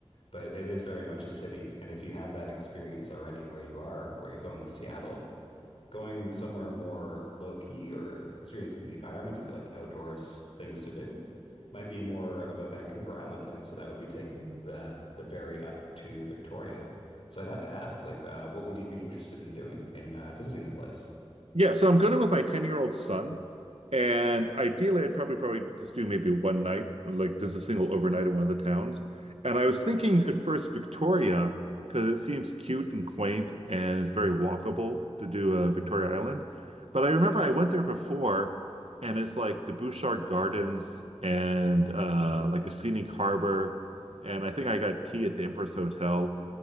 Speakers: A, on the left; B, on the right.
A: but it is very much a city, and if you have that experience already where you are, where you're going with Seattle, going somewhere more low key or experiencing the environment if you like outdoors things to do. Might be more of a Vancouver Island thing, so that would be taking the the ferry up to Victoria. So I'd have to ask, like, uh, what would you be interested in doing in uh, visiting a place?
B: Yeah, so I'm going with my 10-year-old son, and ideally I'd probably probably just do maybe one night, or, like just a single overnight in one of the towns. And I was thinking at first Victoria, because it seems cute and quaint and it's very walkable to do uh, Victoria Island. But I remember I went there before, and it's like the Bouchard Gardens and uh, like a scenic harbor. And I think I got tea at the Empress Hotel.